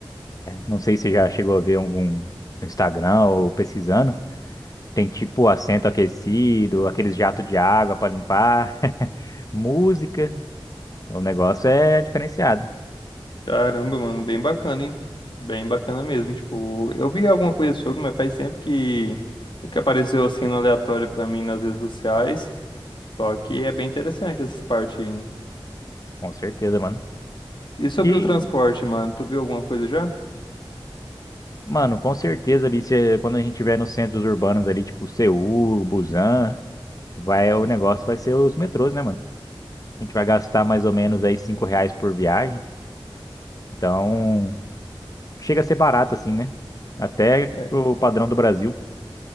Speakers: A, on the left (about 40°); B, on the left (about 60°).
A: Não sei se você já chegou a ver algum no Instagram ou pesquisando. Tem tipo assento aquecido, aqueles jatos de água para limpar, <laughs> música. O negócio é diferenciado.
B: Caramba, mano, bem bacana, hein? Bem bacana mesmo. Tipo, eu vi alguma coisa sobre, mas faz tempo que, que apareceu assim no aleatório pra mim nas redes sociais. Só que é bem interessante essas partes aí. né?
A: Com certeza, mano.
B: E sobre
A: E,
B: o transporte, mano, tu viu alguma coisa já?
A: mano, com certeza ali, se, quando a gente estiver nos centros urbanos ali, tipo Seul, Busan, Vai, o negócio vai ser os metrôs, né, mano? A gente vai gastar mais ou menos aí cinco reais por viagem. Então, chega a ser barato assim, né? Até
B: É,
A: o padrão do Brasil.